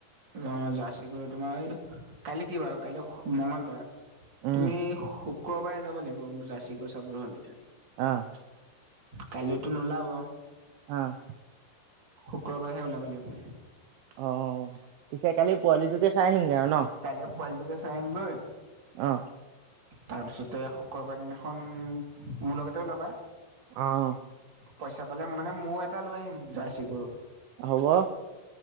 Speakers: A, on the right; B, on the right.
A: অ জাৰ্চি গৰু তোমাৰ কাইলে কি বাৰ কাইলৈ মগলবাৰ।
B: উম
A: তুমি শুক্ৰবাৰে যাব লাগিব জাৰ্চি গৰু চাবৰ হলে।
B: অ',
A: কাইলেতো নোলাব।
B: অ',
A: শুক্ৰবাৰহে ওলাব লাগিব।
B: অ' পিছে কালি পোৱালিটোকে চাই আহিমগে আৰু ন।
A: কাইলে পোৱালিটোকে চাই আহিম গৈ।
B: অ
A: তাৰপিছতে শুক্ৰবাৰ দিনাখন মোৰ লগতে ওলাবা।
B: অ'।
A: পইচা পালে মানে ময়ো এটা লৈ আহিম জাৰ্চি গৰু।
B: হ'ব